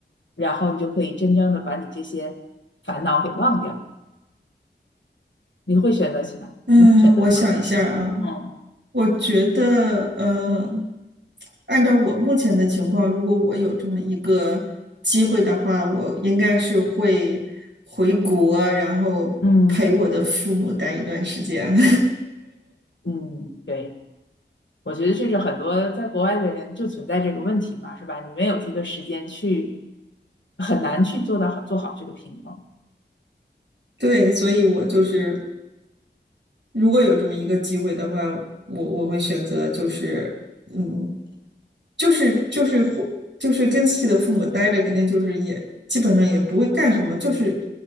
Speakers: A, on the left; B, on the right.
A: 然后你就可以真正的把你这些烦恼给忘掉。你会选择去哪？
B: 嗯，
A: 你会选择做什么？
B: 我想一下啊。
A: 嗯
B: 我觉得，嗯，按照我目前的情况，如果我有这么一个机会的话，我应该是会回国，然后陪我的父母待一段时间。
A: 嗯
B: <laughs>
A: 嗯，对，我觉得这是很多在国外的人就存在这个问题嘛，是吧？你没有这个时间去，很难去做到好做好这个平衡。
B: 对，所以我就是，如果有这么一个机会的话，我我会选择就是，嗯，就是就是或就是跟自己的父母待着，肯定就是也基本上也不会干什么，就是